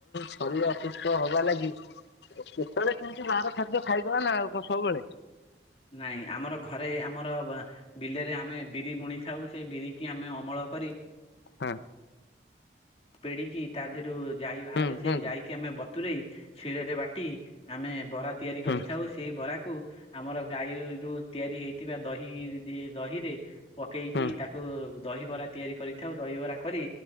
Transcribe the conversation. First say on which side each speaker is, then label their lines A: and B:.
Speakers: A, on the left (about 70°); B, on the left (about 35°).
A: ଶରୀର ଅସୁସ୍ଥ ହବା ଲାଗି କେତେବେଳେ କେମତି ବାହାର ଖାଦ୍ୟ ଖାଇଦଲା ନା ଆଉ କଣ ସବୁବେଳେ
B: ନାଇଁ ଆମର ଘରେ ଆମର ବିଲରେ ଆମେ ବିରି ବୁଣିଥାଉ ସେ ବିରି କି ଆମେ ଅମଳ କରି
A: ହଁ।
B: ପେଡିକି ତା ଦେହରୁ ଯାଇ ବାହାରେ
A: ହୁଁ
B: ସେ
A: କୁହନ୍ତୁ
B: ଯାଇକି ଆମେ ବତ୍ ରେଇ ଶିଳରେ ବାଟି ଆମେ ବରା ତିଆରି
A: ହୁଁ
B: କରିଥାଉ। ସେଇ ବରାକୁ ଆମର ଗାଈ ରୁ ତିଆରି ହେଇଥିବା ଦହି ଦହିରେ ପକେଇକି
A: ହୁଁ
B: ତାକୁ ଦହିବରା ତିଆରି କରିଥାଉ ଦହିବରା କରି